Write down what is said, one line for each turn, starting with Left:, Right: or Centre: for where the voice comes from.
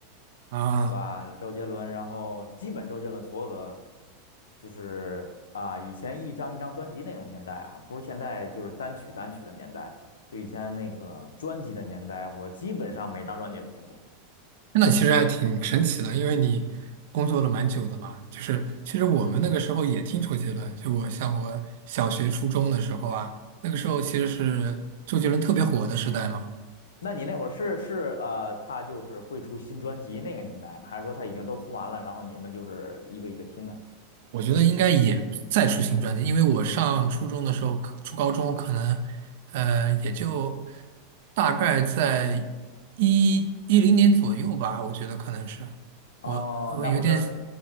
Right: 啊。
Left: 是吧？周杰伦，然后基本周杰伦所有的，就是啊，以前一张一张专辑那种年代啊，不是现在就是单曲单曲的年代，就以前那个专辑的年代，我基本上每张专辑都听过。
Right: 那其实还挺神奇的，因为你工作了蛮久的嘛。就是其实我们那个时候也听周杰伦，
Left: 嗯，
Right: 就我像我小学、初中的时候啊，那个时候其实是周杰伦特别火的时代嘛。
Left: 那你那会儿是是呃，他就是会出新专辑那个年代吗？还是说他已经都出完了，然后你们就是一个一个听啊？
Right: 我觉得应该也在出新专辑，因为我上初中的时候，初高中可能呃也就大概在一一零年左右吧，我觉得可能是
Left: 哦，
Right: 我我有点
Left: 那不是，